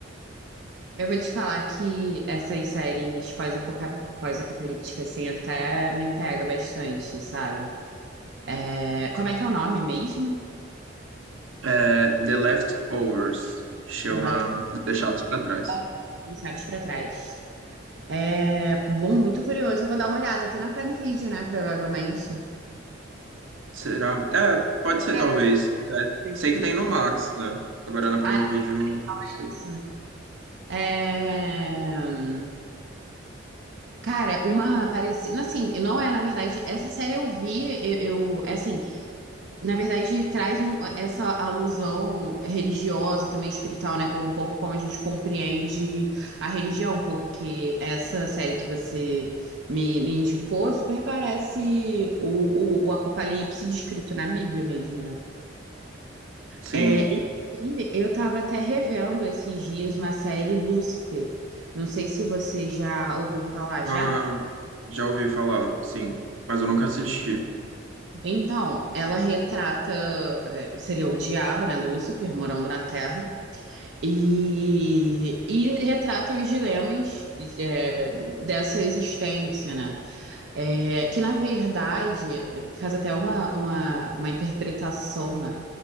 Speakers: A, on the right; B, on the right.
A: Eu vou te falar que essas séries pós-apoca- pós-apocalípticas, assim, até me pega bastante, sabe? É, Como é que é o nome mesmo?
B: Eh, The Leftovers chama
A: The Last
B: Deixados para Trás.
A: of Us, Deixados pra trás. É bom, muito curioso. Eu vou dar uma olhada. Tem na Prime Video, né? Provavelmente.
B: Será? É, pode ser,
A: É
B: talvez. É,
A: possível,
B: sei que
A: né?
B: tem no Max, né? Agora na Prime
A: Ah,
B: Video, não sei.
A: é isso. É, Cara, uma parecida. Assim, não é, na verdade, essa série eu vi, eu, eu é assim, na verdade, traz um- essa alusão religiosa, também espiritual, né? com- Um pouco como a gente compreende a religião, porque essa série que você me, me indicou super parece o, o, o Apocalipse descrito na Bíblia mesmo, né?
B: Sim.
A: É, e aí, eu estava até revendo esses dias uma série Lúcifer. Não sei se você já ouviu falar já.
B: Ah, já ouvi falar, sim. Mas eu nunca assisti.
A: Então, ela retrata, eh, seria o diabo, né? Lúcifer, morando na Terra. E, e retrata os dilemas é, dessa existência, né? É, que na verdade faz até uma, uma, uma interpretação, né,